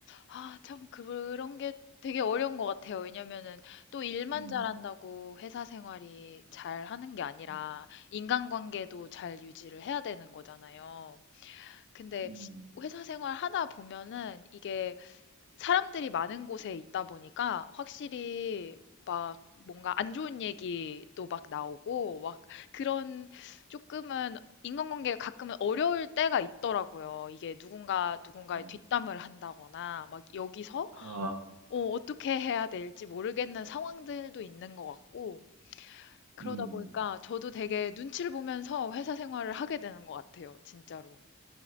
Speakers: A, on the left; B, on the right.
A: 아 참 그런 게 되게 어려운 것 같아요. 왜냐면은 또 일만
B: 음,
A: 잘한다고 회사 생활이 잘하는 게 아니라
B: 음,
A: 인간관계도 잘 유지를 해야 되는 거잖아요. 근데
B: 음,
A: 회사 생활 하다 보면은 이게 사람들이 많은 곳에 있다 보니까 확실히 막 뭔가 안 좋은 얘기도 막 나오고 막 그런 조금은 인간관계가 가끔은 어려울 때가 있더라고요. 이게 누군가 누군가의
B: 예.
A: 뒷담을 한다거나 막 여기서
B: 아,
A: 어, 떻게 해야 될지 모르겠는 상황들도 있는 것 같고 그러다
B: 음,
A: 보니까 저도 되게 눈치를 보면서 회사 생활을 하게 되는 것 같아요. 진짜로.